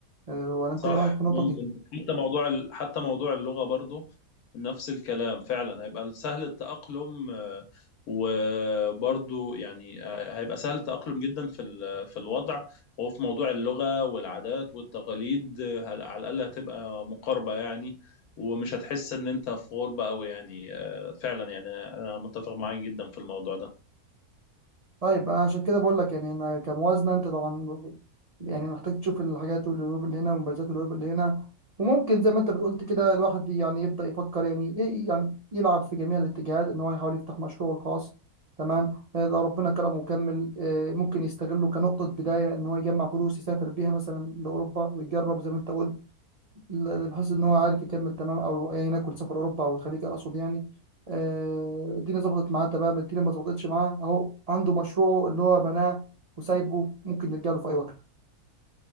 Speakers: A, on the right; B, on the left.
A: أه، ولا انت
B: صح
A: ايه رايك في النقطه
B: ممكن
A: دي
B: حتى موضوع ال- حتى موضوع اللغة برضو نفس الكلام فعلا هيبقى سهل التأقلم آه، وبرضو يعني آه، هيبقى سهل التأقلم جدا في ال- في الوضع وفي موضوع اللغة والعادات والتقاليد آه، هل- على الأقل هتبقى مقاربة يعني ومش هتحس إن أنت في غربة أوي يعني آه، فعلا يعني أنا متفق معاك جدا في الموضوع ده
A: طيب أنا عشان كده بقول لك يعني انا كموازنه انت طبعا ب- يعني محتاج تشوف الحاجات والعيوب اللي هنا والمميزات والعيوب اللي هنا وممكن زي ما انت بتقولت كده الواحد يعني يبدا يفكر يعني ي- يعني يلعب في جميع الاتجاهات ان هو يحاول يفتح مشروعه الخاص تمام آه، لو ربنا كرمه وكمل آه، ممكن يستغله كنقطه بدايه ان هو يجمع فلوس يسافر بيها مثلا لاوروبا ويجرب زي ما انت قلت لا- بحيث ان هو عارف يكمل تمام او ايا يكن سفر اوروبا او الخليج اقصد يعني آه، الدنيا ظبطت معاه تمام الدنيا ما ظبطتش معاه اهو عنده مشروعه اللي هو بناه وسايبه ممكن نرجع له في اي وقت